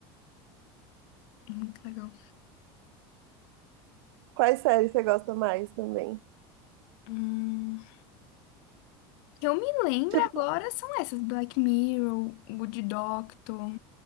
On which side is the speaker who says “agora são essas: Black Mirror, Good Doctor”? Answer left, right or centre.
Left